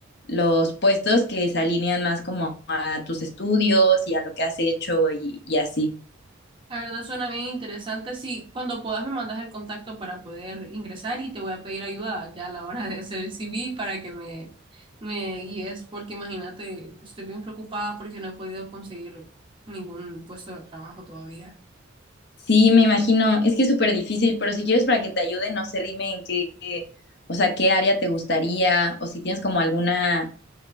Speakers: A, on the left (about 55°); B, on the right (about 25°).
A: los puestos que se alinean más como a tus estudios y a lo que has hecho y, y así.
B: La verdad suena bien interesante. Sí, cuando puedas me mandas el contacto para poder ingresar y te voy a pedir ayuda ya a la hora <laughs> de hacer el CV para que me, me guíes, porque imagínate, estoy bien preocupada porque no he podido conseguir ningún puesto de trabajo todavía.
A: Sí, me imagino, es que es súper difícil, pero si quieres para que te ayude, no sé, dime en qué, qué, o sea, qué área te gustaría o si tienes como alguna